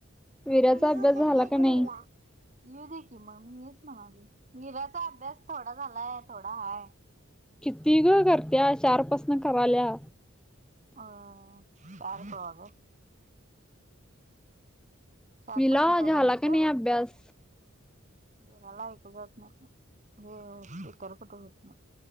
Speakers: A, in the centre; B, on the right (about 35°).
A: वीराचा
B: मुकदक
A: अभ्यास झाला का नाही?
B: येऊ दे की मग मी हेच म्हणाल मीरा चअभ्यास थोडा झालाय थोडा हाय
A: कितीि ग करत्या चार पासन कराल्या
B: अ चार सवाग चार
A: मला
B: पासन करायलास
A: झाला का नाही अभ्यास
B: वेराला ऐकू जात नाही स्ेिकर कुठ होत नाही